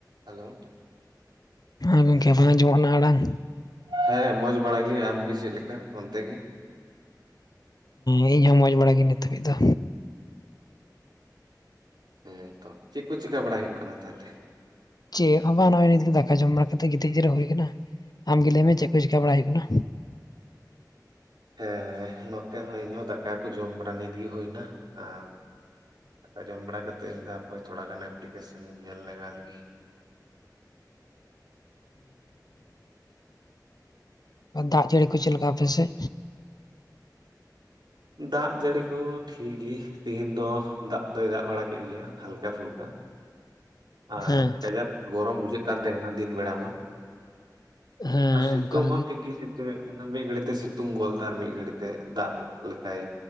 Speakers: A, on the right (about 85°); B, on the left (about 60°).
A: Hello
B: ᱦᱮᱸ ᱜᱚᱢᱠᱮ ᱵᱟᱝ ᱟᱸᱚᱢᱚᱜ ᱠᱟᱱᱟ ᱟᱲᱟᱝ
A: ᱦᱮᱸ ᱢᱚᱡᱽ ᱵᱟᱲᱟᱜᱮ ᱟᱢᱜᱮ ᱪᱮᱫ ᱞᱮᱠᱟ ᱚᱱᱛᱮ ᱜᱮ
B: ᱦᱮᱸ ᱤᱧ ᱦᱚᱸ ᱢᱚᱸᱡᱽ ᱵᱟᱲᱟ ᱜᱤ ᱱᱤᱛ ᱫᱷᱟᱹᱵᱤᱡ ᱫᱚ,
A: ᱦᱮᱸ ᱛᱚ ᱪᱮᱫ ᱠᱚ ᱪᱮᱠᱟ ᱵᱟᱲᱟ ᱦᱩᱭᱩᱜ ᱠᱟᱱᱟ ᱛᱟᱦᱚᱞᱮ?
B: ᱪᱮᱫ ᱦᱚ ᱵᱟᱝ ᱱᱚᱜ-ᱚᱭ ᱱᱤᱛ ᱜᱮ ᱫᱟᱠᱟ ᱡᱚᱢ ᱵᱟᱲᱟ ᱠᱟᱛᱮ ᱜᱤᱛᱤᱡ ᱡᱤᱨᱟᱹᱣ ᱦᱩᱭ ᱠᱟᱱᱟ, ᱟᱢᱜᱮ ᱞᱟᱹᱭᱢᱮ ᱪᱮᱫ ᱠᱚ ᱪᱤᱠᱟᱹ ᱵᱟᱲᱟ ᱦᱩᱭᱩᱜ ᱠᱟᱱᱟ?
A: ᱦᱮᱸ ᱱᱚᱛᱮ ᱦᱚᱸ ᱤᱧᱦᱚ ᱫᱟᱠᱟ ᱠᱚ ᱡᱚᱢ ᱵᱟᱲᱟ ᱱᱤᱛ ᱜᱮ ᱦᱩᱭᱱᱟ ᱟᱨ ᱫᱟᱠᱟ ᱡᱚᱢ ᱵᱟᱲᱟ ᱠᱟᱛᱮᱫ ᱤᱧ ᱫᱚ ᱦᱟᱯᱮ ᱛᱷᱚᱲᱟ ᱜᱟᱱ ᱮᱯᱞᱤᱠᱮᱥᱚᱱ ᱧᱮᱞ ᱞᱟᱜᱟ ᱞᱤᱜᱤ,
B: ᱫᱟᱜ ᱡᱟᱹᱲᱤ ᱠᱚ ᱪᱮᱫ ᱞᱮᱠᱟ ᱟᱯᱮ ᱥᱮᱜ?
A: ᱫᱟᱜ ᱡᱟᱹᱲᱤ ᱠᱚ ᱴᱷᱤᱠ ᱜᱤ ᱛᱮᱦᱤᱧ ᱫᱚ ᱫᱟᱜ ᱫᱚᱭ ᱫᱟᱜ ᱵᱟᱲᱟ ᱠᱮᱫ ᱜᱮᱭᱟ ᱦᱟᱞᱠᱟ ᱯᱷᱩᱞᱠᱟ, ᱟᱨ
B: ᱦᱮᱸ
A: ᱠᱟᱡᱟᱠ ᱜᱚᱨᱚᱢ ᱵᱩᱡᱷᱟᱹᱜ ᱠᱟᱱ ᱛᱟᱦᱮᱱᱟ ᱫᱤᱱ ᱵᱮᱲᱟ ᱢᱟ,
B: ᱦᱮᱸ
A: ᱟᱨ ᱥᱤᱛᱩᱝ
B: ᱚᱱᱠᱟ
A: ᱦᱚᱸ ᱴᱷᱤᱠ ᱜᱮ ᱥᱤᱛᱩᱝ ᱮᱫ, ᱚᱱᱟ ᱢᱤᱫ ᱜᱷᱟᱹᱲᱤᱡ ᱛᱮ ᱥᱤᱛᱩᱝ ᱜᱚᱞ ᱮᱫᱟ ᱟᱨ ᱢᱤᱫ ᱜᱷᱟᱹᱲᱤᱡ ᱛᱮ ᱫᱟᱜ ᱞᱮᱠᱟᱭ